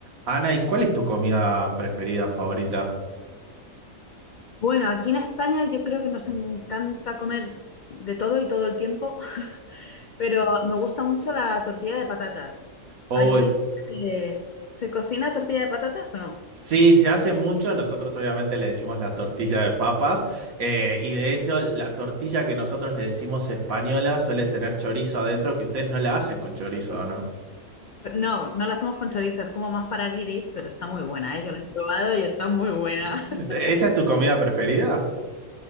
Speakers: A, on the right; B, on the left.
A: Ana, ¿y cuál es tu comida preferida, favorita?
B: Bueno, aquí en España yo creo que nos encanta comer de todo y todo el tiempo, <laughs> pero me gusta mucho la tortilla de patatas.
A: Oh,
B: ¿Allí se, eh, ¿se cocina tortilla de patatas o no?
A: sí, se hace mucho. Nosotros obviamente le decimos la tortilla de papas. eh, y de hecho, la tortilla que nosotros le decimos española suele tener chorizo adentro, que ustedes no la hacen con chorizo, ¿o no?
B: No, no la hacemos con chorizo, es como más para guiris, pero está muy buena, ¿eh? Yo la he probado y está muy buena.
A: <laughs>
B: <laughs>
A: ¿E-, ¿Esa es tu comida preferida?